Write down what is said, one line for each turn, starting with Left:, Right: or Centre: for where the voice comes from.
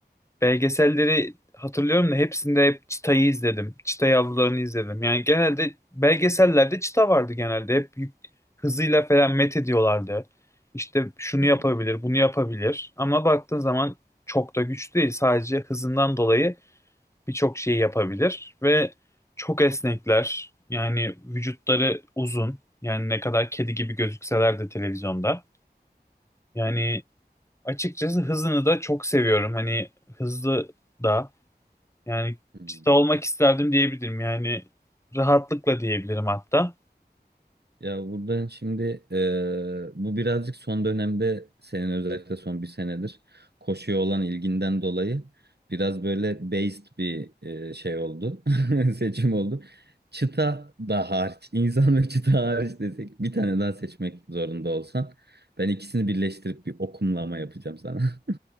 Left: Belgeselleri hatırlıyorum da hepsinde hep çitayı izledim. Çitayı avlarını izledim. Yani genelde belgesellerde çita vardı genelde. Hep yük- hızıyla falan met ediyorlardı. İşte şunu
Right: Hmm.
Left: yapabilir, bunu yapabilir. Ama baktığın zaman çok da güçlü değil. Sadece hızından dolayı birçok şeyi yapabilir. Ve çok esnekler. Yani vücutları uzun. Yani ne kadar kedi gibi gözükseler de televizyonda. Yani açıkçası hızını da çok seviyorum. Hani hızlı da yani
Right: Hmm.
Left: çıta olmak isterdim diyebilirim. Yani rahatlıkla diyebilirim hatta.
Right: Ya buradan şimdi eee, bu birazcık son dönemde senin özellikle son bir senedir koşuya olan ilginden dolayı biraz böyle based bir eee, şey oldu. <laughs> Seçim oldu. Çıta da hariç, insan ve çıta hariç desek bir tane daha seçmek zorunda olsan ben ikisini birleştirip bir okumlama yapacağım sana. <laughs>